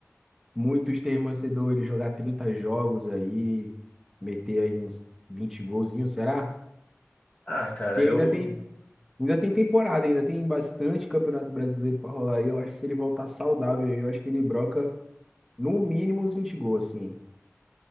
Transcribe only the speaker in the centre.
Muitos têm torcedor ele jogar 30 jogos aí, meter aí uns 20 golzinhos, será?
E ainda
tem, ainda tem temporada, ainda tem bastante Campeonato Brasileiro para rolar aí. Eu acho que se ele voltar saudável, eu acho que ele broca no mínimo uns 20 gols, assim.